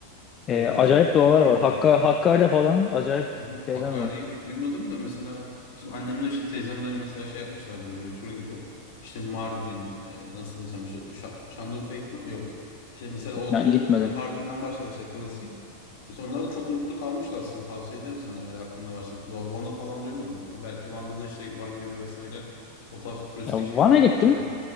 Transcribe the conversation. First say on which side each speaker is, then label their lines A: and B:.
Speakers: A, on the left; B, on the left.
A: Orada
B: E, acayip
A: aslında şey
B: doğalar
A: diyebilirim.
B: var. Hakka, Hakkari'de falan acayip
A: Hı hı.
B: şeyler
A: Hakkari'yi
B: var.
A: duymadım da mesela bizim annemler işte teyzemlerle mesela şey yapmışlardı böyle bir tur gibi. İşte Mardin e, nasıl desem işte Şa- Şanlıurfa iklim yok. İşte mesela o
B: Ben
A: Doğu
B: gitmedim.
A: Mardin'den başladı işte klasik. Mesela onlar da çok mutlu kalmıştı aslında tavsiye ederim sana eğer aklında varsa. Bu Van'ı falan duymadım. Ama Belki Van'da da işte Van Gölü vesaire o tarz turistik
B: Ya
A: şeyler
B: Van'a
A: vardır
B: gittim
A: ama.